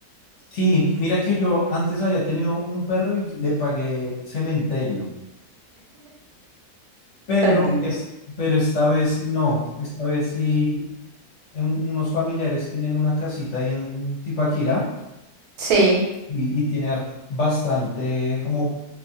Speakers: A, on the left (about 55°); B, on the right (about 75°).
A: Sí, mira que yo antes había tenido un perro y le pagué cementerio, pero,
B: Tan lindo.
A: es, pero esta vez no, esta vez sí, en- unos familiares tienen una casita ahí en Tipaquirá
B: Sí.
A: y, y tiene har- bastante como